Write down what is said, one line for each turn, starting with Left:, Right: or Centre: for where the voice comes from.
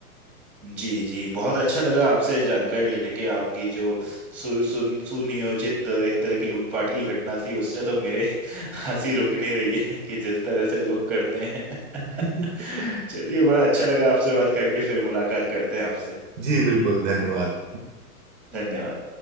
Centre: जी जी बहुत अच्छा लगा आपसे जानकारी लेके आपकी जो सु, सुन सुनियोजित एक तरह की लूटपाट की घटना थी उसने तो मेरे <laughs> हंसी रुक नहीं रही है कि जिस तरह से लोग करते हैं
Right: <laughs>
Centre: <laughs> चलिए बड़ा अच्छा लगा आपसे बात करके फिर मुलाकात करते हैं आपसे
Right: जी बिल्कुल धन्यवाद
Centre: धन्यवाद